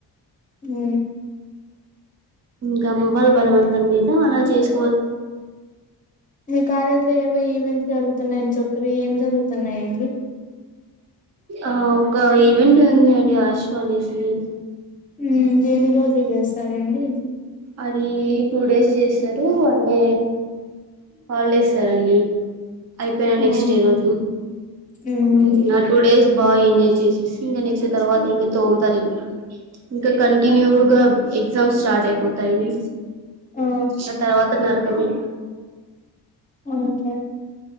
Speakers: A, on the left (about 20°); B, on the right (about 40°).
A: హు
B: టం వాళ్ళ బలవంతం మీద అలా చేస్
A: మీ కాలేజ్ లో ఏవో ఈవెంట్స్ జరుగుతున్నాయని చెప్పరు ఇ ఏం జరుగుతున్నాయండి
B: ఆ ఒక ఈవెంట్ ఉంది అండి ఆయుష్మానేసిని
A: ఉ ఎన్ని రోజులు చేస్తారండి
B: అది టూ డేస్ చేస్తారు వన్ డే హాల్ డే ఇస్తారండి అయిపోయినా నెక్స్ట్
A: ఉమ్
B: ఇ రోజు
A: ఉమ్
B: ఉ నాకు టూ డేస్ బాగా ఎంజాయ్ చేసేసి ఇంకా నెక్స్ట్ తర్వాత ఇంకా తోముతారు ఇంకా ఇంకా కంటిన్యూగా ఎగ్జామ్ స్టార్ట్ అయి పోతాయి
A: ఆ
B: ఇంక తర్వాత నారకమే
A: ఓకే